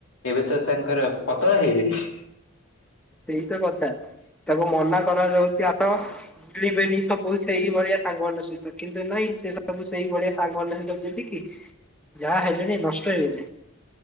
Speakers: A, on the left; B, in the centre.
A: ଏବେ ତ ତାଙ୍କର ପତଳା ହେଇଯାଇଛି,
B: ସେଇତ କଥା ତାକୁ ମନା କରାଯାଉଛି ଆପଣ ବୁଳିବେନି ସ ବହୁ ସେଇ ଭଳିଆ ସାଙ୍ଗମାନ ସେହି, ତ କିନ୍ତୁ ନାଇଁ ସେ ସବୁ ସେଇ ଭଳିଆ ସାଙ୍ଗମାନ ସହିତ ବୁଧ କିି ଯାହା ହେଲେଣି ନଷ୍ଟ ହେଇଗଲେଣି,